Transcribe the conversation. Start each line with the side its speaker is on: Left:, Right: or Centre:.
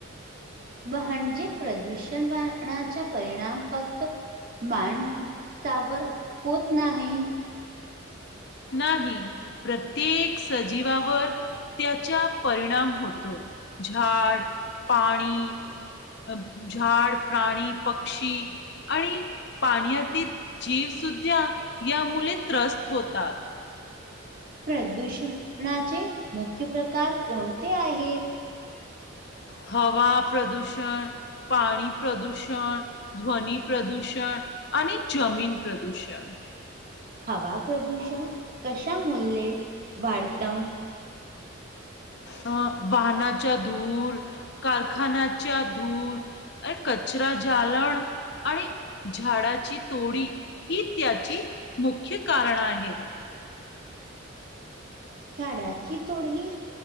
Right: म्हणजे प्रदूषण वणाचा परिणाम फक्त माणसा वर होत नाही.
Left: नाही. प्रत्येक सजीवावर त्याच्या परिणाम होतो. झाड, पाणी- अ झाड, प्राणी, पक्षी. आणि पाण्यातीत जीवसुद्ध्या या मुळे त्रस्त होतात.
Right: प्रदूषणाचे मुख्य प्रकार कोणते आहेत?
Left: हवा प्रदूषण. पाणी प्रदूषण. ध्वनी प्रदूषण आणि जमीन प्रदूषण.
Right: हवा प्रदूषण कशा मूल्ये वाढत?
Left: अं. वाहनाचा धूर. कारखान्याच्या धूर. आणि कचरा जालन- आणि झाडाची तोडी. ही त्याची मुख्य कारण आहेत.
Right: झाडाची तोडही